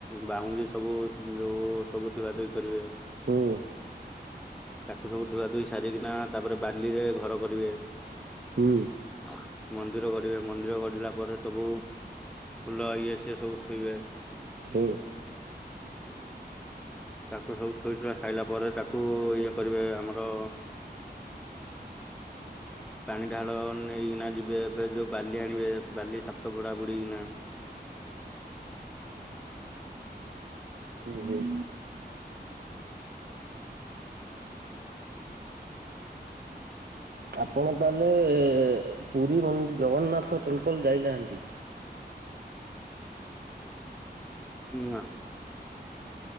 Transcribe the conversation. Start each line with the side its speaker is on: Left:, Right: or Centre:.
Centre: ବାହୁଙ୍ଗି ସବୁ ଯୋଉ ସବୁ ଧୁଆ ଧୋଇ କରିବେ।
Right: ହୁଁ।
Centre: ତାକୁ ସବୁ ଧୁଆ ଧୋଇ ସାରିକିନା ତାପରେ ବାଲିରେ ଘର କରିବେ।
Right: ହୁଁ।
Centre: ହଁ ମନ୍ଦିର ଗଢିବେ ମନ୍ଦିର ଗଢିଲା ପରେ ସବୁ ଫୁଲ ଇଏ ଆସିବେ ସବୁ ଥୋଇବେ
Right: ହଁ।
Centre: ତାକୁ ସବୁ ଥୋଇଥାଇ ସାଇଲା ପରେ ତାକୁ ଇଏ କରିବେ ଆମର
Right: <inaudible>
Centre: ପାଣି ଢାଳ ନେଇକିନା ଯିବେ ଏବେ ଯୋ ବାଲି ଆଣିବେ ବାଲି ସାତ କଡା ବୁଡେକିନା
Right: ହୁଁ। ଆପଣ ତାହେଲେ ପୁରୀ ମନ୍ଦି ଜଗନ୍ନାଥ ଟେମ୍ପଲ୍ ଯାଉନାହାଁନ୍ତି?
Centre: ନାଁ।